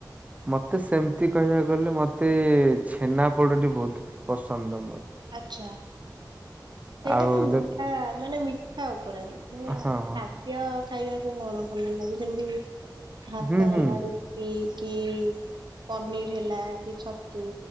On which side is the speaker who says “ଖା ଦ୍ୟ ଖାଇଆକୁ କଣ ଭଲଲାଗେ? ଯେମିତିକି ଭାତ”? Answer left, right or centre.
Right